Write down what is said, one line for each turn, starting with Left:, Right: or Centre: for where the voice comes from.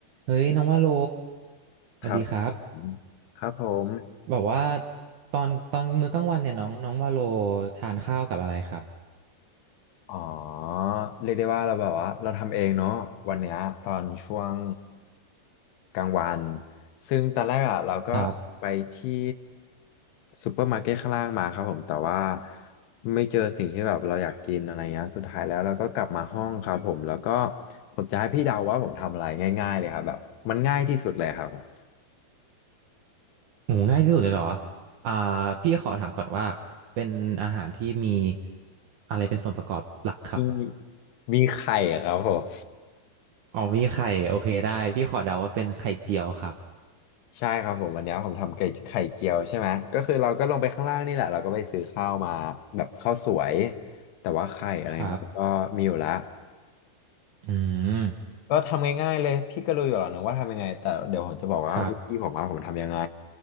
Right: เฮ้ยน้องว่าโลสวัสดีครับ
Left: ครับผมครับผม
Right: แบบว่าตอนตอนมื้อกลางวันเนี่ยน้องน้องว่าโลทานข้าวกับอะไรครับ
Left: อ๋อเรียกได้ว่าเราแบบว่าเราทำเองเนาะวันเนี้ยตอนช่วงกลางวัน ซึ่งตอนแรกอ่ะเราก็ไปที่
Right: ครับ
Left: ซูเปอร์มาร์เก็ตข้างล่างมาครับผมแต่ว่าไม่เจอสิ่งที่แบบเราอยากกินอะไรเงี้ยสุดท้ายแล้วเราก็กลับมาห้องครับผม แล้วก็ผมจะให้พี่เดาว่าผมทำอะไรง่ายๆเลยครับแบบมันง่ายที่สุดเลยครับผม
Right: โอ้ง่ายที่สุดเลยเหรออ่าพี่ขอถามก่อนว่าเป็นอาหารที่มีอะไรเป็นส่วนประกอบหลักครับ
Left: มีมีไข่อะครับผม
Right: อ๋อมีไข่โอเคได้พี่ขอเดาว่าเป็นไข่เจียวครับ
Left: ใช่ครับผมวันเนี้ยผมทำไก่ไข่เจียวใช่ไหมก็คือเราก็ลงไปข้างล่างนี่แหละเราก็ไปซื้อข้าวมาแบบข้าวสวยแต่ว่าไข่อะไรเงี้ยก็มีอยู่ละ
Right: ครับอืม
Left: ก็ทำง่ายๆเลยพี่ก็รู้อยู่แล้วนะว่าทำยังไงแต่เดี๋ยวผมจะบอกว่าวิธีผมว่าผมทำยังไง
Right: ครับ